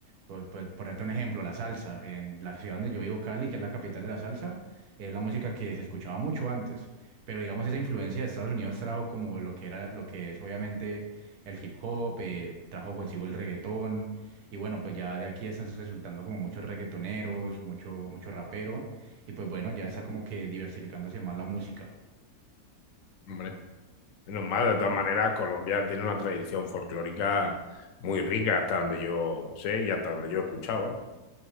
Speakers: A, on the right; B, on the left.
A: Por, por ponerte un ejemplo, la salsa. En la ciudad donde yo vivo, Cali, que es la capital de la salsa, es la música que se escuchaba mucho antes. Pero digamos, esa influencia de Estados Unidos trajo como lo que era, lo que es obviamente el hip hop, eh, trajo consigo el reggaetón. Y bueno, pues ya de aquí están resultando como muchos reggaetoneros, mucho, mucho rapero. Y pues bueno, ya está como que diversificándose más la música.
B: Hombre, menos mal, de todas maneras, Colombia tiene una tradición folclórica muy rica hasta donde yo sé y hasta donde yo he escuchaba.